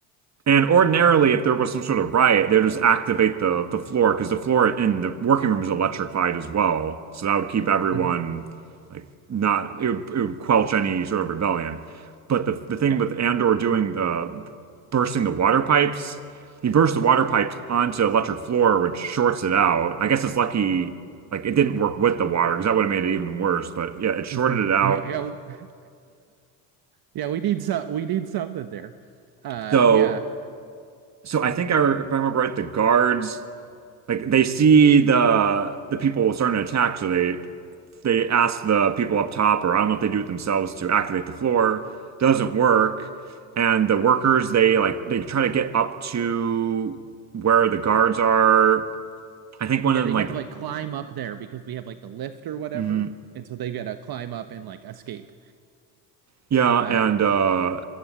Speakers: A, on the right (about 40°); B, on the right (about 55°).
A: And ordinarily, if there was some sort of riot, they would just activate the the floor because the floor in the working room is electrified as well. So that would keep everyone
B: hmm
A: like not it would, it would quench any sort of rebellion. But the the thing
B: Yeah.
A: with Andor doing the bursting the water pipes, he burst the water pipes onto electric floor, which shorts it out. I guess it's lucky like it didn't work with the water because that would have made it even worse. But yeah, it shorted
B: Mhm.
A: it out.
B: Yeah, yeah. Yeah, we need some we need something there. Uh
A: So
B: yeah.
A: so I think I, if I remember right, the guards like they see the the people starting to attack, so they they ask the people up top, or I don't know if they do it themselves to activate the floor. Doesn't work, and the workers they like they try to get up to where the guards are. I think one
B: Yeah,
A: of
B: they
A: them like
B: have to like climb up there because we have like the lift or whatever.
A: mhm.
B: And so they've got to climb up and like escape.
A: yeah,
B: Uh
A: and uh